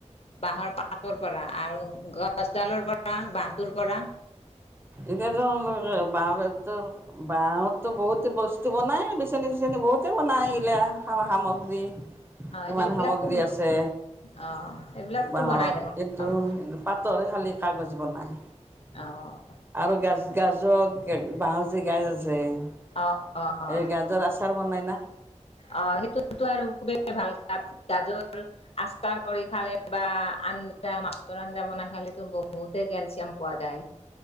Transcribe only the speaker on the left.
বাঁহৰ পাতৰ পৰা আৰু গছডালৰ পৰা বাঁহটোৰ পৰা
অ
সেইবিলাকতো
অ সেইবিলাকতো
বনাই দিব
পাওঁ
অ'
অ অ অ
অ, সেইটো আৰু খুবেই ভাল তাত গাজৰ আচাৰ কৰি খালে বা আঞ্জা মাছৰ আঞ্জা বনাই খালো বহুতে কেলচিয়াম পোৱা যায়।